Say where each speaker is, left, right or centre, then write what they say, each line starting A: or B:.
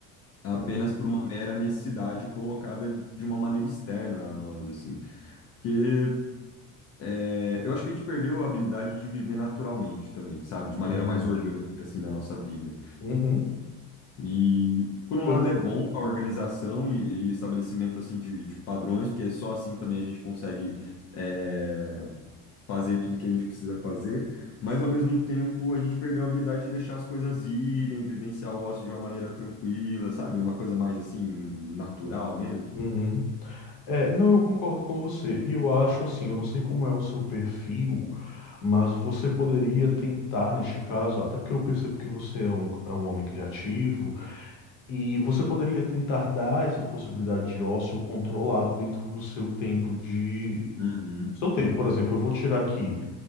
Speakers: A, on the left (about 45°); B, on the left (about 70°).
A: apenas
B: uhum.
A: por uma mera necessidade colocada de de uma maneira externa a nós, assim. Porque é, eu acho que a gente perdeu a habilidade de viver naturalmente também, sabe? De maneira
B: É verdade.
A: mais orgânica, assim, na nossa vida.
B: Uhum.
A: E, por um
B: Pelo...
A: lado, é bom a organização e, e estabelecimento, assim, de, de padrões, porque só assim também a gente consegue é, fazer tudo que a gente precisa fazer. Mas, ao mesmo tempo, a gente perdeu a habilidade de deixar as coisas irem, vivenciar o ócio de uma maneira tranquila, sabe? Uma coisa mais, assim, natural mesmo.
B: Uhum. É, não, eu concordo com você. E eu acho assim, eu não sei como é o seu perfil, mas você poderia tentar neste caso, até porque eu percebo que você é um, é um homem criativo, e você poderia tentar dar essa possibilidade de ócio controlado dentro do seu tempo de.
A: Uhum,
B: Seu tempo, por exemplo, eu vou tirar aqui.